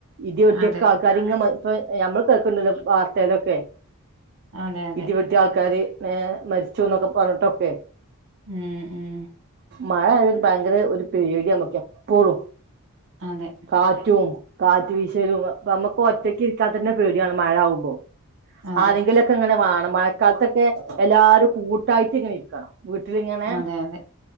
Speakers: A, on the right; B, on the right.
A: ഇടിവെട്ടിയക്കെ
B: അതെ
A: ആൾക്കാര് ഇങ്ങനെ ഇപ്പ ഞമ്മള് കേൾക്കണ്ടല്ലോ വാർത്തയിലൊക്കെ
B: അതെ അതെ
A: ഇടിവെട്ടിയ ആൾക്കാര് മരിച്ചുന്നൊക്കെ പറഞ്ഞിട്ടൊക്കെ
B: ഉം ഉം
A: മഴ ആയാൽ ഒരു ഭയങ്കര ഒരു പേടിയാമ്മക്കെ എപ്പോഴും
B: അതെ
A: കാറ്റും കാറ്റ് വീശലും അപ്പൊ നമ്മക്ക് ഒറ്റക്ക് ഇരിക്കാത്തന്നെ പേടിയാണ് മഴ ആകുമ്പോ
B: അതെ
A: ആരെങ്കിലൊക്കെ ഇങ്ങനെ വേണം മഴക്കാലത്തൊക്കെ എല്ലാവരും കൂട്ടായിട്ട് ഇങ്ങനെ ഇരിക്കണം വീട്ടിലിങ്ങനെ
B: അതെ അതെ